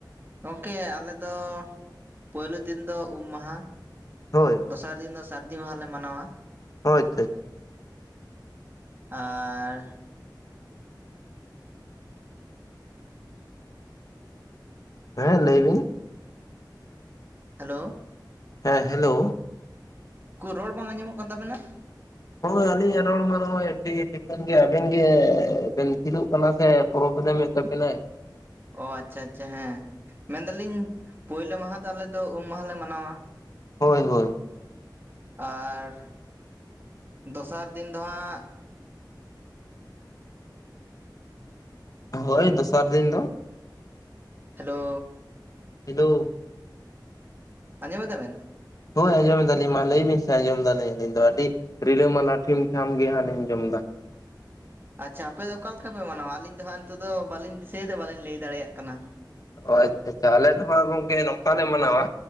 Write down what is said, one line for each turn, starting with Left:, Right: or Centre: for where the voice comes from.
Right: ᱜᱚᱝᱠᱮ ᱟᱞᱮ ᱫᱚ ᱯᱳᱭᱞᱳ ᱫᱤᱱ ᱫᱚ ᱩᱢ ᱢᱟᱦᱟ
Left: ᱦᱳᱭ ᱦᱳᱭ
Right: ᱫᱚᱥᱟᱨ ᱫᱤᱱ ᱫᱚ ᱥᱟᱹᱨᱫᱤ ᱢᱟᱦᱟᱸ ᱞᱮ ᱢᱟᱱᱟᱣᱟ
Left: ᱳ ᱟᱪᱪᱷᱟ
Right: ᱟᱨᱻ
Left: ᱦᱮᱸ ᱞᱟᱹᱭ ᱵᱤᱱ
Right: ᱦᱮᱞᱳ
Left: ᱦᱮᱸ ᱦᱮᱞᱳ
Right: ᱩᱠᱩᱨ ᱨᱚᱲ ᱵᱟᱝ ᱟᱸᱡᱚᱢᱚᱜ ᱠᱟᱱ ᱛᱟᱵᱮᱱᱟ
Left: ᱦᱚᱸ ᱟᱹᱞᱤᱧᱟᱜ ᱨᱚᱲ ᱢᱟ ᱱᱚᱜᱼᱚᱭ ᱟᱹᱰᱤ ᱴᱷᱤᱠᱟᱹᱱ ᱜᱮ ᱟᱵᱮᱱ ᱜᱮ ᱵᱤᱱ ᱛᱷᱤᱨᱚᱜ ᱠᱟᱱᱟ ᱥᱮ ᱯᱚᱨᱚᱵᱮᱞᱮᱢᱼᱼ ᱛᱟᱹᱵᱤᱱᱟᱭ
Right: ᱚ ᱟᱪᱪᱷᱟ ᱟᱪᱪᱷᱟ ᱦᱮᱸ ᱢᱮᱱ ᱫᱟᱹᱞᱤᱧ ᱯᱳᱭᱞᱳ ᱢᱟᱦᱟᱸ ᱫᱚ ᱟᱞᱮ ᱫᱚ ᱩᱢ ᱢᱟᱦᱟᱸ ᱞᱮ ᱢᱟᱱᱟᱣᱟ
Left: ᱦᱳᱭ ᱦᱳᱭ
Right: ᱟᱨ ᱫᱚᱥᱟᱨ ᱫᱤᱱ ᱫᱚ ᱦᱟᱸᱜ
Left: ᱦᱳᱭ ᱫᱚᱥᱟᱨ ᱫᱤᱱ ᱫᱚ
Right: ᱦᱮᱞᱳ
Left: ᱦᱮᱞᱳ
Right: ᱟᱸᱡᱚᱢ ᱮᱫᱟ ᱵᱮᱱ
Left: ᱦᱳᱭ ᱟᱸᱡᱚᱢ ᱮᱫᱟ ᱞᱤᱧ ᱢᱟ ᱞᱟᱹᱭ ᱵᱤᱱ ᱥᱮ ᱟᱸᱡᱚᱢ ᱮᱫᱟ ᱞᱤᱧ ᱟᱹᱞᱤᱧ ᱫᱚ ᱟᱹᱰᱤ ᱨᱤᱞᱟᱹ ᱢᱟᱞᱟ ᱴᱷᱤᱢ ᱴᱷᱟᱢ ᱜᱮ ᱦᱟᱸᱜ ᱞᱤᱧ ᱟᱸᱡᱚᱢ ᱮᱫᱟ
Right: ᱟᱪᱪᱷᱟ ᱟᱯᱮ ᱫᱚ ᱚᱠᱟ ᱞᱮᱠᱟ ᱯᱮ ᱢᱟᱱᱟᱣᱟ ᱟᱹᱞᱤᱧ ᱫᱚ ᱦᱟᱸᱜ ᱱᱤᱛᱚᱜ ᱫᱚ ᱵᱟᱹᱞᱤᱧ ᱫᱤᱥᱟᱹᱭᱮᱫᱟ ᱵᱟᱹᱞᱤᱧ ᱞᱟᱹᱭ ᱫᱟᱲᱮᱭᱟᱜ ᱠᱟᱱᱟ
Left: ᱚ ᱟᱪᱪᱷᱟ ᱟᱪᱪᱷᱟ ᱟᱞᱮ ᱫᱚ ᱦᱟᱸᱜ ᱜᱚᱝᱠᱮ ᱱᱚᱝᱠᱟ ᱞᱮ ᱢᱟᱱᱟᱣᱟ